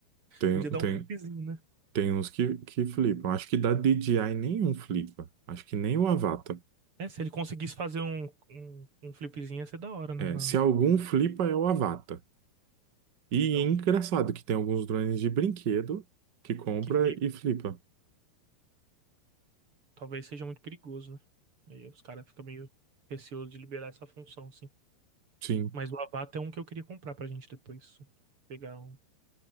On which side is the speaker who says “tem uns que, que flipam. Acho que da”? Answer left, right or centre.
Right